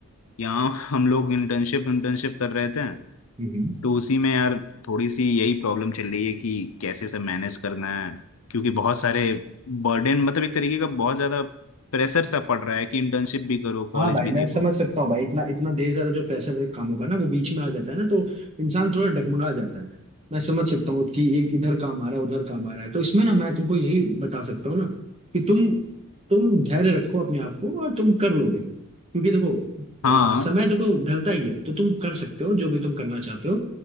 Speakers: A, on the left; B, on the right.
A: यहाँ हम लोग इंटर्नशिप इंटर्नशिप कर रहे थे
B: हम्म हम्म।
A: तो उसी में यार थोड़ी सी यही प्रॉब्लम चल रही है कि कैसे सब मैनेज करना है क्योंकि बहुत सारे बर्डन मतलब एक तरीके का बहुत ज्यादा प्रेशर सा पड़ रहा है कि इंटर्नशिप भी करो कॉलेज
B: हाँ भाई
A: भी
B: मैं
A: देखो
B: समझ सकता हूँ भाई इतना इतना देर ज्यादा जो प्रेशर है कामों का ना वो बीच में आ जाता है ना तो इंसान थोड़ा डगमगा जाता है मैं समझ सकता हूँ कि एक इधर काम आ रहा है उधर काम आ रहा है तो इसमें ना मैं तुमको यही बता सकता हूँ ना कि तुम तुम धैर्य रखो अपने आप को और तुम कर लोगे क्योंकि देखो अ,
A: हाँ
B: समय देखो ढलता ही है तो तुम कर सकते हो जो भी तुम करना चाहते हो